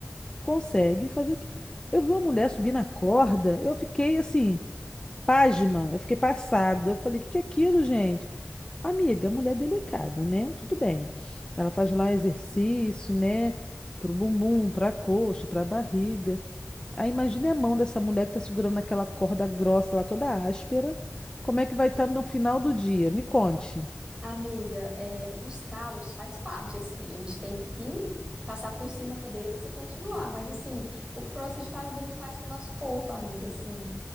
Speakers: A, on the left; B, on the right.
A: conseguem fazer aquilo. Eu vi uma mulher subir na corda, eu fiquei assim, pasma, eu fiquei passada. Eu falei, o que que é aquilo, gente? Amiga, a mulher é delicada, né? Tudo bem. Ela faz lá exercício, né? Pro bumbum, pra coxa, pra barriga. Aí imagine a mão dessa mulher que tá segurando aquela corda grossa lá, toda áspera. Como é que vai estar no final do dia? Me conte.
B: Amiga, é, os calos faz parte, assim, a gente tem que passar por cima deles e continuar. Mas, assim, o CrossFit faz bem demais pro nosso corpo, amiga, assim,